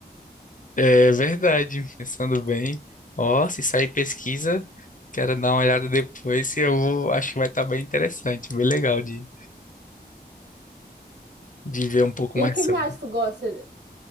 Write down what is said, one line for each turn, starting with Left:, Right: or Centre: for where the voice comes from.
Left: É verdade, pensando bem. Ó, se sair pesquisa, quero dar uma olhada depois, que eu vou, acho que vai estar bem interessante, bem legal de, de ver um pouco mais
Right: E o que
Left: sobre.
Right: mais tu gosta?